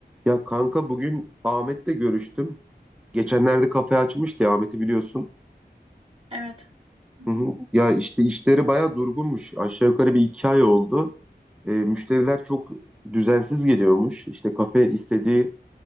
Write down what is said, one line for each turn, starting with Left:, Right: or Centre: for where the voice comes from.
Centre: Ya kanka bugün Ahmet'le görüştüm. Geçenlerde kafe açmıştı ya, Ahmet'i biliyorsun.
Right: Evet. Hı
Centre: Hı hı.
Right: hı.
Centre: Ya işte işleri bayağı durgunmuş. Aşağı yukarı bir iki ay oldu. E, müşteriler çok düzensiz geliyormuş. İşte kafe istediği